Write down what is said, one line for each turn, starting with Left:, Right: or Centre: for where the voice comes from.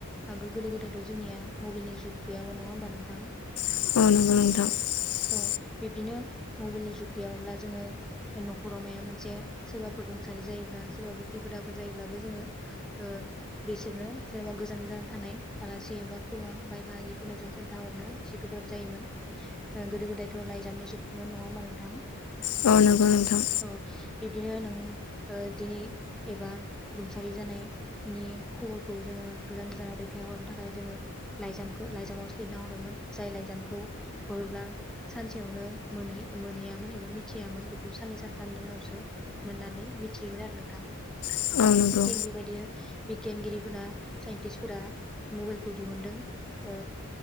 Centre: आगोल गोदो गोदायथ' जोंनिया मबाइलनि जुग। गैयामोन नङा होमबा नोंथां।
Left: अ नंगौ नोंथां।
Centre: औ बिबदिनो मबेलनि जुग गैयामोनब्ला जोङो न'खराव माया मोनसे सोरबाफोर रुंसारि जायोब्ला सोरबाफोर खैफोद आफोद जायोब्लाबो जोङो ओ बेसोरनो सोरबा गोजान गोजान थानाय आलासि बा खुरमा बाइ बाहागि। नो जों खोन्थाहरनो एसे गोब्राब जायोमोन। गोदो गोदायथ' लाइजामनि जुग। मोनो नङा होमबा नोंथां?
Left: औ नंगौ औ नंगौ नोंथां
Centre: <unintelligible> बिदिनो नों दिनै एबा रुंसारि जानायनि खबरखौ जोङो गोजान गोजानाव दैथायहरनो थाखाय जोङो लाइजामखौ लाइजामावसो लिरना हरोमोन जाय लाइजामखौ हरोब्ला सानसेयावनो मोनहै मोनहैयामोन एबा मिथियामोन बेखौ साननै सानथामनि उनावसो मोननानै मिथियोमोन आरो नोंथां।
Left: औ नंगौ
Centre: थिग बेबायदिनो। बिगियानगिरिफोरा साइन्टिस्टफोरा मबाइलखौ दिहुनदों। ओ